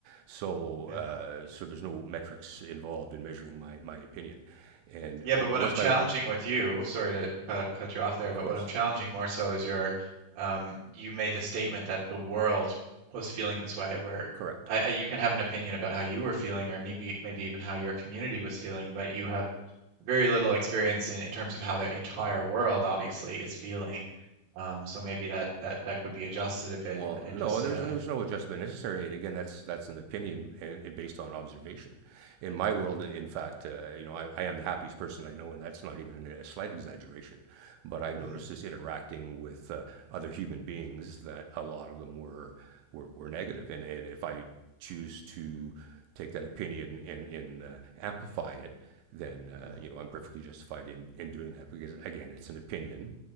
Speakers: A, on the right; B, on the right.
A: So
B: Yeah.
A: uh, so there's no metrics involved in measuring my my opinion, and
B: Yeah, but
A: it
B: what
A: was
B: I'm challenging
A: my,
B: with you, sorry to cut cut you off there,
A: of
B: but
A: course,
B: what I'm challenging more so is your, um, you made the statement that the world was feeling this way, where
A: correct.
B: I, I, you can have an opinion about how you were feeling, or maybe maybe even how your community was feeling, but you have very little experience in, in terms of how the entire world obviously is feeling. Um, so maybe that that that could be adjusted a bit
A: Well,
B: and and
A: no,
B: just
A: there's
B: uh,
A: there's no adjustment necessary. And again, that's that's an opinion and, and based on observation. In my world,
B: mm,
A: in fact, uh, you know, I, I am the happiest person I know, and that's not even a slight exaggeration. But I've
B: mm,
A: noticed this interacting with uh, other human beings that a lot of them were were, were negative, and and if I choose to take that opinion and, and uh, amplify it, then uh,
B: mm,
A: you know I'm perfectly justified in, in doing that because again, it's an opinion